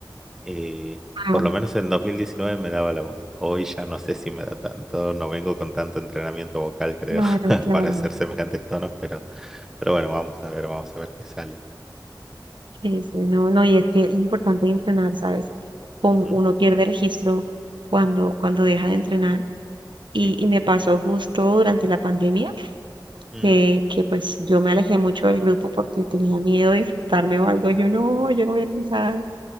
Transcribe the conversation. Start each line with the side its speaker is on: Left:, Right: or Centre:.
Centre: Eh,
Right: Ah,
Centre: por lo menos en 2019 me daba la voz. Hoy ya no sé si me da tanto, no vengo con tanto entrenamiento vocal, creo,
Right: claro,
Centre: <laughs>
Right: claro.
Centre: para hacer semejantes tonos, pero, pero bueno, vamos a ver, vamos a ver qué sale.
Right: Sí, sí, no, no, y es que es importante entrenar, ¿sabes? Con-
Centre: Ujú,
Right: uno pierde registro cuando, cuando deja de entrenar. Y,
Centre: Sí.
Right: y me pasó justo durante la pandemia
Centre: Mm,
Right: que, que
Centre: ujú,
Right: pues yo me alejé mucho del grupo porque tenía miedo de infectarme o algo. Yo no, yo no voy a cantar.